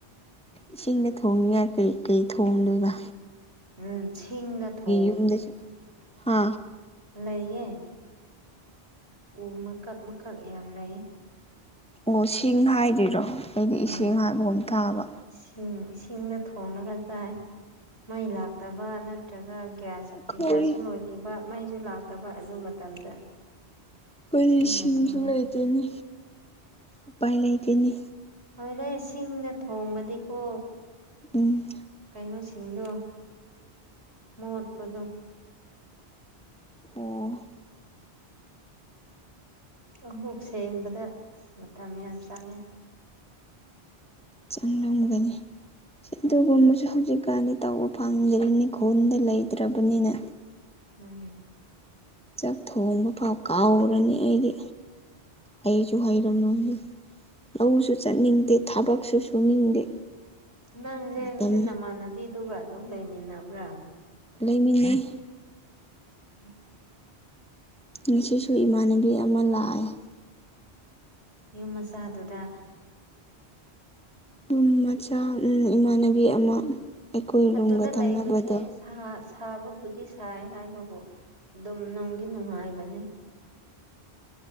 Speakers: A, in the centre; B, on the right.
A: ꯏꯁꯤꯡꯗ ꯊꯣꯡꯉꯥꯏ ꯀꯔꯤ ꯀꯩ ꯊꯣꯡꯗꯨꯢꯕ
B: ꯎꯝ ꯁꯤꯡꯗ ꯊꯣꯡꯕ
A: ꯌꯨꯝꯗꯁꯨ ꯍꯥ
B: ꯂꯩꯌꯦ ꯎ ꯃꯀꯛ ꯃꯀꯛ ꯌꯥꯝ ꯂꯩ
A: ꯑꯣ ꯁꯤꯡ ꯍꯥꯏꯗꯣꯏꯔꯣ ꯑꯩꯗꯤ ꯏꯁꯤꯡ
B: ꯎꯝ
A: ꯍꯥꯏꯕꯒꯨꯝ ꯇꯥꯕ
B: ꯁꯤꯡ ꯁꯤꯡꯗ ꯊꯣꯡꯉꯒ ꯆꯥꯏ ꯃꯩ ꯂꯥꯛꯇꯕ ꯅ ꯇ꯭ꯔꯒ ꯒ꯭ꯌꯥꯁ
A: ꯑꯩꯈꯣꯏ
B: ꯒ꯭ꯌꯥꯁꯁꯨ ꯂꯣꯏꯈꯤꯕ ꯃꯩꯁꯨ ꯂꯥꯛꯇꯕ ꯑꯗꯨ ꯃꯇꯝꯗ
A: ꯈꯣꯏꯗꯤ
B: ꯁꯤꯡꯅ
A: ꯁꯤꯡꯖꯨ
B: ꯊꯣꯡꯉꯦ
A: ꯂꯩꯇꯦꯅꯦ ꯎꯄꯥꯏ ꯂꯩꯇꯦꯅꯦ
B: ꯍꯣꯏꯔꯦ ꯁꯤꯡꯗ ꯊꯣꯡꯕꯗꯤꯀꯣ
A: ꯎꯝ
B: ꯀꯩꯅꯣꯁꯤꯡꯗꯣ ꯃꯣꯠꯄꯗꯣ
A: ꯑꯣ
B: ꯑꯃꯨꯛ ꯁꯦꯡꯕꯗ ꯑꯁ ꯃꯇꯝ ꯌꯥꯝ ꯆꯪꯉꯦ
A: ꯆꯪꯂꯝꯒꯅꯤ ꯑꯗꯨꯒꯨꯝꯕꯁꯨ ꯍꯧꯖꯤꯛꯀꯥꯟꯗꯤ ꯇꯧꯕ ꯐꯪꯗ꯭ꯔꯤꯅꯤ ꯈꯨꯨꯟꯗ ꯂꯩꯇ꯭ꯔꯕꯅꯤꯅ
B: ꯉꯥꯅꯤ
A: ꯆꯥꯛ ꯊꯣꯡꯕ ꯐꯥꯎ ꯀꯥꯎꯔꯅꯤ ꯑꯩꯗꯤ ꯍꯩꯁꯨ ꯍꯩꯔꯝꯂꯣꯏꯅꯤ ꯂꯧꯁꯨ ꯆꯠꯅꯤꯡꯗꯦ ꯊꯕꯛꯁꯨ ꯁꯨꯅꯤꯡꯗꯦ
B: ꯅꯪꯖꯦ
A: ꯃꯇꯝ
B: ꯍꯧꯖꯤꯛ ꯅꯃꯥꯟꯅꯕꯤꯗꯨꯒ ꯑꯗꯨꯝ ꯂꯩꯃꯤꯟꯅꯕ꯭ꯔꯥ
A: ꯂꯩꯃꯤꯟꯅꯩ
B: <unintelligible>
A: ꯉꯁꯤꯁꯨ ꯏꯃꯥꯟꯅꯕꯤ ꯑꯃ ꯂꯥꯛꯑꯦ
B: ꯌꯨꯝ ꯃꯆꯥꯗꯨꯗ
A: ꯔꯨꯝ ꯃꯆꯥ ꯎꯝ ꯏꯃꯥꯟꯅꯕꯤ ꯑꯃ ꯑꯩꯈꯣꯏ
B: ꯑꯗꯨꯗ
A: ꯔꯨꯝꯒ ꯊꯪꯅꯕꯗꯣ
B: ꯂꯩꯕꯁꯦ ꯁꯥ ꯁꯥ ꯕꯕꯨꯗꯤ ꯁꯥꯏ ꯍꯥꯏꯕꯕꯨ ꯑꯗꯨꯝ ꯅꯨꯡꯗꯤ ꯅꯨꯡꯉꯥꯏꯕꯅꯤ